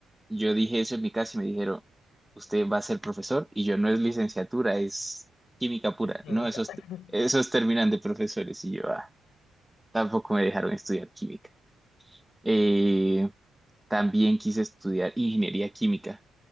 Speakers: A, in the centre; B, on the left (about 85°).
A: yo dije eso en mi casa y me dijeron, usted va a ser profesor y yo no es licenciatura, es química pura.
B: Es química.
A: No, esos,
B: <laughs>
A: esos terminan de profesores y yo ah, tampoco me dejaron estudiar química. Eh, también quise estudiar ingeniería química